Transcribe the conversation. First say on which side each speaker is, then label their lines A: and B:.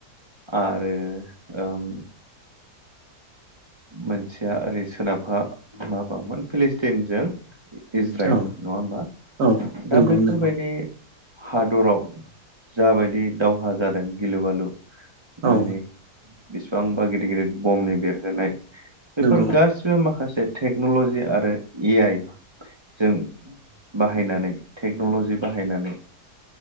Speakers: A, on the right (about 35°); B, on the right (about 60°).
A: आरो ओम मोनसेया ओरै सोनाबहा माबावमोन फिलिस्टिनजों इजराइल
B: औ
A: नङा होमबा
B: औ नंगौ
A: दा बैफोरबायदि
B: नंगौ
A: हादराव जाबायदि दावहा जादों गिलु बालु माने
B: औ
A: बिसेबांबा गिदिर गिदिर बम्बनि बेरहोनाय बेफोर
B: नंगौ
A: गासिबो माखासे टेक्न'ल'जि आरो ए आइ जों बाहायनानै टेक्नलजि बाहायनानै